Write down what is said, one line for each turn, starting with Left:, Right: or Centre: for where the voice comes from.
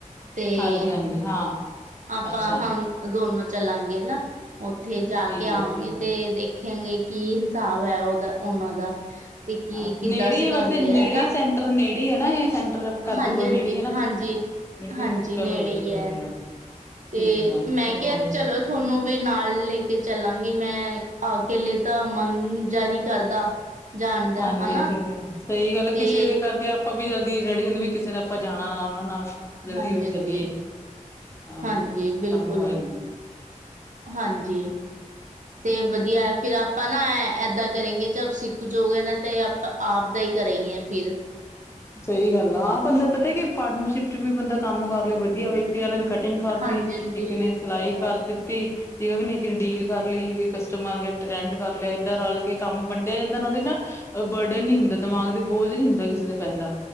Right: ਤੇ,
Left: ਹਾਂਜੀ ਹਾਂਜੀ ਹਾਂ
Right: ਆਪਾਂ
Left: ਅੱਛਾ
Right: ਹੁਣ। ਦੋਨੋ ਚੱਲਾਂਗੇ ਹਨਾ, ਉੱਥੇ ਜਾ
Left: ਠੀਕ
Right: ਕੇ ਆਵਾਂਗੇ
Left: ਹੈ ਜੀ ਠੀਕ ਹੈ
Right: ਤੇ ਦੇਖੇਗੇ। ਕੀ ਹਿਸਾਬ ਹੈ, ਉਹਦਾ ਉਹਨਾਂ ਦਾ ਤੇ ਕੀ
Left: ਅੱਛਾ
Right: ਕਿੱਦਾਂ
Left: ਨੇੜੇ
Right: ਸਿਖਾਉਂਦੇ
Left: ਹੀ ਵੈਸੇ ਨੇੜੇ
Right: ਆ ਹੈਨਾ।
Left: ਹੀ ਸੈਂਟਰ ਨੇੜੇ ਹੈ ਨਾ ਇਹ ਸੈਂਟਰ ਘਰ
Right: ਹਾਂਜੀ
Left: ਦੇ ਕੋਲ
Right: ਹਾਂਜੀ,
Left: ਨੇੜੇ ਹੀ ਹੈ ਨਾ ਆਪਣੇ
Right: ਹਾਂਜੀ,
Left: ਨੇੜੇ
Right: ਹਾਂਜੀ
Left: ਹੀ ਆ
Right: ਨੇੜੇ
Left: ਚਲੋ ਵਧੀਆ
Right: ਹੀ ਹੈ।
Left: ਵਧੀਆ
Right: ਤੇ
Left: ਠੀਕ ਆ
Right: ਮੈਂ ਕਿਹਾ
Left: ਵਧੀਆ
Right: ਚਲੋ। ਤੁਹਾਨੂੰ ਵੀ ਨਾਲ ਲੈ ਕੇ ਚੱਲਾਂਗੀ ਮੈਂ ਅਕੇਲੇ ਤਾਂ ਮੰਨ ਜਾ ਨਹੀਂ ਕਰਦਾ। ਜਾਣ ਦਾ
Left: ਹਾਂਜੀ
Right: ਹਨਾ
Left: ਹਾਂਜੀ ਸਹੀ ਗੱਲ
Right: ਤੇ
Left: ਕਿਸੇ ਦੇ ਕਰਕੇ। ਆਪਾਂ ਵੀ ਜਲਦੀ ਰੈਡੀ ਹੁੰਦੇ ਵੀ, ਕਿਸੇ ਨੇ ਆਪਾਂ ਜਾਣਾ ਨਾਲ ਉਹਨਾਂ ਨਾਲ। ਜਲਦੀ
Right: ਹਾਂਜੀ
Left: ਜਲਦੀ
Right: ਹਾਂਜੀ
Left: ਚੱਲੀਏ ਹਾਂ,
Right: ਹਾਂਜੀ ਬਿਲਕੁਲ
Left: ਕੰਮ ਹੋ ਜਾਂਦਾ ਨੇ।
Right: ਹਾਂਜੀ। ਤੇ ਵਧੀਆ ਫਿਰ ਆਪਾਂ ਨਾ ਏਦਾਂ ਕਰੇਗੇ, ਜਬ ਸਿੱਖ ਜੋ ਗਏ ਨਾ ਤੇ ਆਪਾਂ। ਆਪ ਦਾ ਹੀ ਕਰੇਗੀਆਂ ਫਿਰ
Left: ਸਹੀ ਗੱਲ ਆ ਆਹ ਬੰਦਾ ਪਤਾ ਕਿ, ਪਾਰਟਨਰਸ਼ਿਪ ਚ ਵੀ ਬੰਦਾ ਕੰਮ ਕਰ ਲੇ ਵਧੀਆ ਵ। ਇਕ ਨੇ ਕਟਿੰਗ ਕਰਤੀ
Right: ਹਾਂਜੀ ਹਾਂਜੀ
Left: ਇੱਕ ਨੇ ਸਿਲਾਈ ਕਰ ਦਿੱਤੀ। ਠੀਕ ਹੈ ਕਿ ਨਹੀਂ ਕਿਸੇ ਡੀਲ ਕਰ ਲਈ, ਵੀ ਕਸਟਮਰ ਆ ਗਏ ਟਰੈਂਡ ਕਰ ਲਿਆ ਏਦਾਂ ਰਲ ਕੇ ਕੰਮ ਵੰਡਿਆ ਜਾਂਦਾ ਨਾਲੇ ਨਾ। ਮਤਲਬ ਬਰਡਨ ਨਹੀਂ ਹੁੰਦਾ, ਦਿਮਾਗ ਤੇ ਬੋਝ ਨਹੀਂ ਹੁੰਦਾ ਕਿਸੇ ਤੇ ਪੈਂਦਾ।